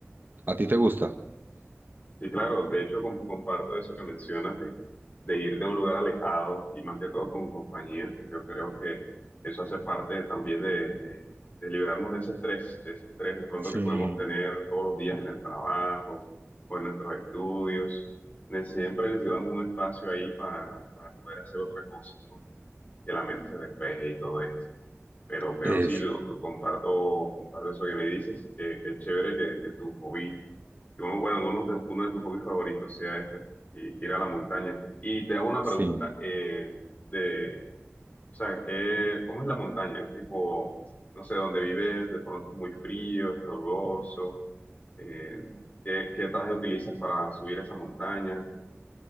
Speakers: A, on the right; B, on the left.
A: ¿A ti te gusta?
B: Sí, claro, de hecho com- comparto eso que mencionas de, de irte a un lugar alejado y más que todo con compañía. Yo creo que eso hace parte también de, de- de liberarnos de ese estrés, de ese estrés de pronto
A: Sí,
B: que podemos tener todos los días en el trabajo o en nuestros estudios. Ne- Siempre necesitamos un espacio ahí para, para poder hacer otra cosa, ¿no? Que la mente se despeje y todo esto. Pero, pero
A: Es.
B: sí, lo, lo comparto, comparto eso que me dices, que, que es chévere que, que tu hobby que uno, bueno, uno, de uno de tus hobbies favoritos sea ese, y ir a la montaña. Y te hago una
A: sí.
B: pregunta, eh, de, o sea, ¿qué, cómo es la montaña? Es tipo, no sé, dónde vives, de pronto es muy frío, es caluroso, eh, ¿qué, qué traje utilizas para subir esa montaña?